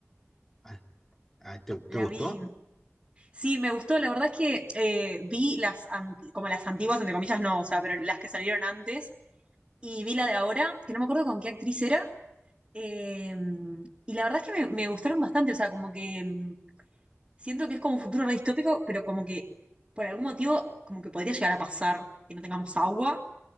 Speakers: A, in the centre; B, on the right (about 20°).
A: ah, ah, ¿te, te
B: la
A: gustó?
B: vi. Sí, me gustó. La verdad es que eh, vi las an- como las antiguas, entre comillas, no, o sea, pero las que salieron antes y vi la de ahora, que no me acuerdo con qué actriz era Eh, y la verdad es que me, me gustaron bastante, o sea, como que mm, siento que es como un futuro re distópico, pero como que por algún motivo como que podría llegar a pasar que no tengamos agua